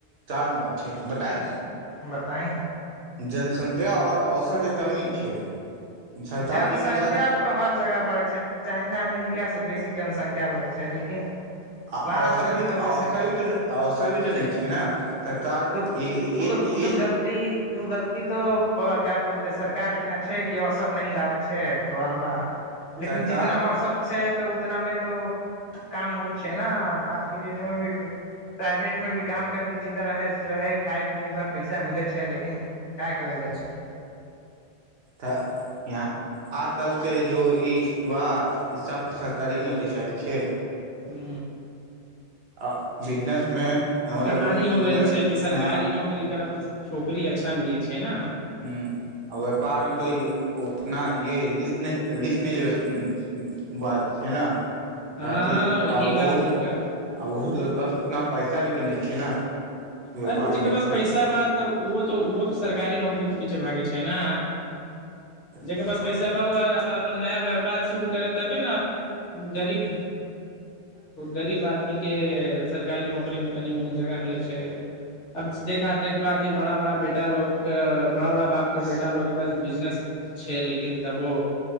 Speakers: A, on the right; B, on the left.
A: चारन बात बताई
B: बताई
A: जनसंख्या आओर औसध कमी छै सरकार
B: जनसंख्या
A: जिम्मेदार
B: तो हर जगह बढ़ै छै चाइना मे इंडियाास से बेसी जनसंख्या बढ़ैत छै लेकिन
A: आ
B: वहाँ
A: अवसर
B: पर
A: भी
B: तऽ वैसन
A: अवसर भी तऽ अवसर भी तऽ नहि छै ने सरकार
B: त
A: ई
B: ओ तऽ
A: एक
B: ओ त
A: एक
B: गलती ओ गलती तो क्य बोलते सरकार के ने छै कि अवसर नी लाबे छै छै थोड़ा मोड़ा लेकिन
A: सरकार
B: जितना अवसर छै तऽ उतना मे तो काम होइ छै ने आजके डेट मे भी प्राइवेट मे भी काम करके जिन्दा रहै रहै खााय पियै भर पैसा मिलैत छै लेकिन क करल जाइ छै
A: तऽ यहाँ आ चलते जो ई वा सभसँ सरकारी नौकरी चाहैत छियै
B: हू
A: आ बिजनेसमे मतलब
B: कहानी हो गेल छै कि सरकारी
A: ह
B: नौकरी करब तऽ छौकरी अच्छा मिलै छै ने
A: ह आ व्यापारमे तो उतना रिस्क नहि लेबै बात छै ने क
B: हँ वही
A: आ
B: बा
A: बहुत
B: दिक्कत
A: आ
B: अरे
A: बहुत लो प उतना पैसा च भी तऽ नहि छै ने व्यापारमे
B: अरे तऽ जकर
A: रिस्क
B: पास पैसा बात त वो तऽ वो सरकारी नौकरी क पीछु लागल छै ने
A: लेब
B: जकर पास पैसा बा हुआ आ अपन नया व्यापार शुरू करै तबे ने गरीब गरीब आदमीके सरकारी नौकरीमे तनि मनी जगह मिलै छै अब देखा देखबा कि बड़ा बड़ा बेटा लो बड़ा बड़ा बापके बेटा लो के प बिजनेस छै लेकिन तब ओ